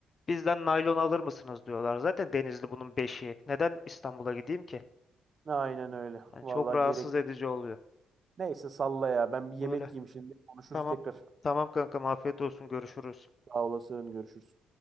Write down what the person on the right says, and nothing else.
Aynen öyle.
Vallahi
gerekli.
Neyse salla ya. Ben bir yemek
yiyeyim şimdi. Konuşuruz
tekrar.
Sağ olasın. Görüşürüz.